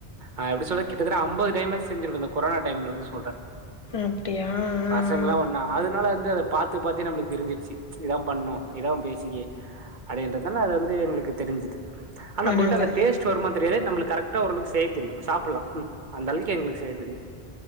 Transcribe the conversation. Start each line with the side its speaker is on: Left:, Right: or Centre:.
Right: அ எப்டி சொல்ற கிட்டத்தட்ட அம்பது டைமாச்சு செஞ்சிருப்போ இந்த கொரோனா டைம்லருந்து சொல்றே
Left: அப்டியா ஆ,
Right: பசங்கலா
Left: ஆ.
Right: ஒன்னா அதனால வந்து பாத்து பாத்தே நம்ளுக்கு தெரிஞ்சிருச்சு இதா பண்ணு இதா பேசிக்கு அப்டின் அதனால அது வந்து எங்குளுக்கு தெரிஞ்சிது ஆன
Left: ஆ
Right: நம்புள்ட்ட
Left: நல்லது
Right: அந்த
Left: நல்லது.
Right: டேஸ்ட் வருமா தெரியாது நம்ளு கரெக்ட் டா ஒரளவுக்கு செய்ய தெரியு சாப்புல்லா ம் அந்த அளவுக்கு எங்குளுக்கு செய்ய தெரியு